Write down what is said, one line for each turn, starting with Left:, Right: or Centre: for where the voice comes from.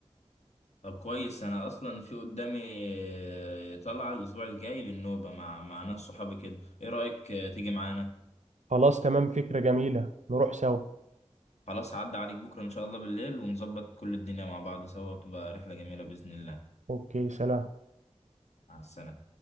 Left: طب كويس انا اصلا في قدامي آه، طلعة الاسبوع الجاي للنوبة مع مع ناس صحابي كده ايه رأيك آه، تيجي معانا
Right: خلاص تمام فكره جميله نروح سوا
Left: خلاص عدى عليك بكرة ان شاء الله بالليل ونظبط كل الدنيا مع بعض سوا وتبقى رحلة جميلة بإذن الله
Right: اوكي سلام
Left: مع السلامة